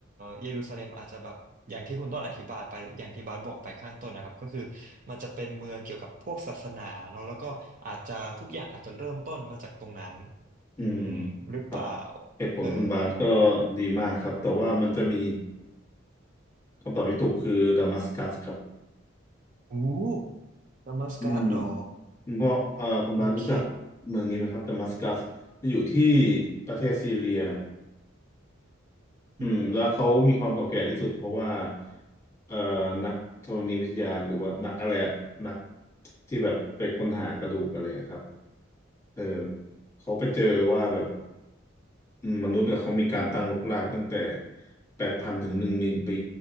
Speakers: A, on the right; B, on the left.
A: เยรูซาเล็มอาจจะแบบอย่างที่คุณต้นอธิบายไปอย่างที่บาสบอกไปข้างต้นนะครับก็คือมันจะเป็นเมืองเกี่ยวกับพวกศาสนาเนาะแล้วก็อาจจะทุกอย่างอาจจะเริ่มต้นมาจากตรงนั้น
B: อืม
A: อืมหรือเปล่า
B: ครับเหตุผลคุณบาสก็
A: เออ
B: ดีมากครับแต่ว่ามันจะมีคำตอบที่ถูกคือดามัสกัสครับ
A: โอู้ดัมัสกัสเหรอ
B: อืมเพราะเอ่อคุณบาสรู้จัก
A: โอเค
B: เมืองนี้ไหมครับดามัสกัสอยู่ที่ประเทศซีเรียอืมแล้วเขามีความเก่าแก่ที่สุดเพราะว่า
A: อืมอืม
B: เอ่อนักธรณีวิทยาหรือว่านักอะไรอะนักที่แบบไปค้นหากระดูกอะไรอะครับเออเขาไปเจอว่าแบบอืมมนุษย์เนี่ยเขามีการตั้งรกรากตั้งแต่แปดพันถึงหนึ่งหมื่นปี